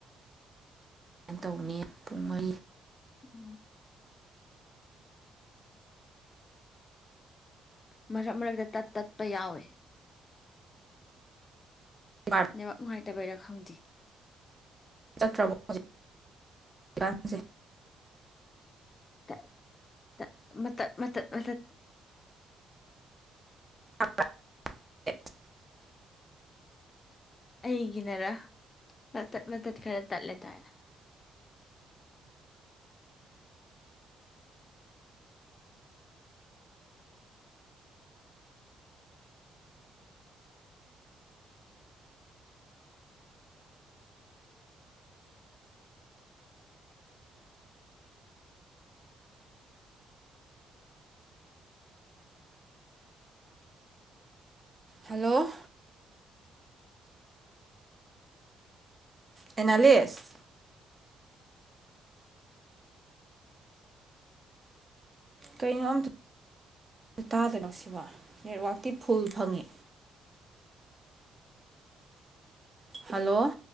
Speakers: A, on the right; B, on the left.
A: ꯇꯧꯅꯤ ꯄꯨꯡ ꯃꯔꯤ
B: ꯎꯝ꯫ ꯃꯔꯛ ꯃꯔꯛꯇ ꯇꯠ ꯇꯠꯄ ꯌꯥꯎꯋꯦ꯫
A: <unintelligible>
B: ꯅꯦꯋꯥꯛ ꯅꯨꯡꯉꯥꯏꯇꯕꯩꯔꯥ ꯈꯪꯗꯦ꯫
A: <inaudible>
B: ꯇ ꯇ ꯃꯇꯠ ꯃꯇꯠ <inaudible>
A: <unintelligible>
B: ꯑꯩꯒꯤꯅꯔ ꯃꯇꯠ ꯃꯇꯠ ꯈꯔ ꯇꯠꯂꯦꯗꯥꯥꯏꯅ꯫
A: ꯍꯜꯂꯣ꯫ ꯑꯦꯅꯥꯂꯤꯁ꯫ ꯀꯩꯅꯣ ꯑꯝꯇ ꯇꯥꯗꯅꯁꯤꯕ ꯅꯦꯠꯋꯥꯛꯇꯤ ꯐꯨꯜ ꯐꯪꯉꯤ꯫ ꯍꯜꯂꯣ꯫